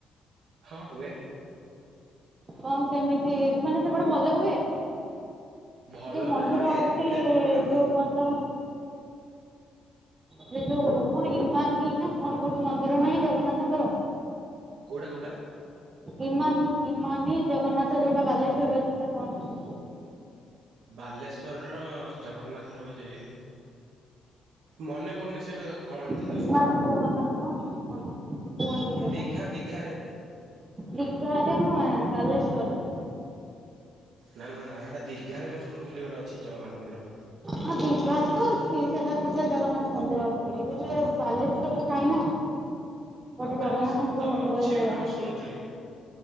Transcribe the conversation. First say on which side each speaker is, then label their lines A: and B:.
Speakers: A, on the right; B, on the right.
A: ହଁ ହୁଏ।
B: କଣ କେମିତି ମାନେ ସେପଟେ ଭଲ ହୁଏ?
A: ଭଲ
B: ଯୋଉ ମନ୍ଦିର
A: ବୋଲି ମାନେ
B: ଅଛି
A: ଏତେ ବି ବଡ ନୁହଁ
B: ଯୋଉ କଣ ତ ସେ ଯୋଉ କଣ ହି ନା କଣ ଗୋଟେ ମନ୍ଦିର ନାହିଁ ଜଗନ୍ନାଥଙ୍କର।
A: କୋଉଟା କୋଉଟା?
B: ଇମାମି ଇମାନି ଜଗନ୍ନାଥ ଯୋଉଟା ବାଲେଶ୍ୱରରେ ଅଛି।
A: ବାଲେଶ୍ୱରର ଜଗନ୍ନାଥ ରହୁଛି। ମନେ ପଡ଼ୁନି ସେଟା କଣ ଥିଲା?
B: ବାହାରକୁ ଜଗନ୍ନାଥ ନା କଣ କୁହନ୍ତି ଯୋଉଟା
A: ଦୀଘା ଦୀଘାରେ।
B: ଦିଘାରେ ନୁହେ ବାଲେଶ୍ଵରରେ।
A: ନା ନା ନା ସେଇଟା ଦିଘାରେ ମୁଁ ଶୁଣୁଥିଲ ଗୋଟେ ଅଛି ଜଗନ୍ନାଥ ମନ୍ଦିର।
B: ହଁ ଦିଘାରେ ତ ଅଛି ସେଟା ଦୀଘା ଜଗନ୍ନାଥ ମନ୍ଦିର ଅଛି ବୋଇ ବାଲେଶ୍ୱରରେ ନାଇଁ ନା ଗୋଟେ ଜଗନ୍ନାଥଙ୍କ
A: ବାଲେଶ୍ୱରରେ ତ
B: ମନ୍ଦିର
A: ଅଛି
B: ଭଳିଆ
A: ଗୋଟେ ମୁଁ ଶୁଣୁଥିଲି।